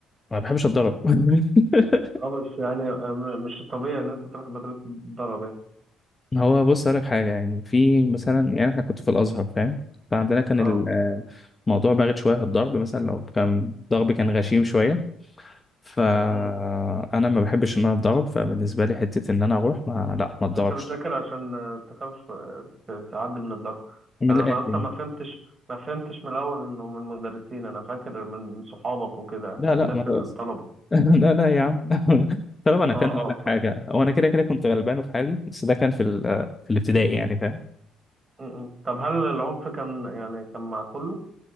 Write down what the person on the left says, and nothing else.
ما بحبش اتضرب <laughs>
هو بص أقول لك حاجة يعني في مثلا يعني إحنا كنت في الأزهر فاهم فعندنا كان
الموضوع بارد شوية في الضرب مثلا لو كان ضرب كان غشيم شوية فأنا
ما بحبش إن أنا أتضرب فبالنسبة لي حتة إن أنا أروح ما لا ما أتضربش
من
الآخر
لا
لا ما تقص
<laughs> لا لا يا عم <laughs> طالما أنا
كان هقول
لك
حاجة هو أنا كده كده كنت غلبان وفي حالي بس ده كان في ال... في الابتدائي يعني فاهم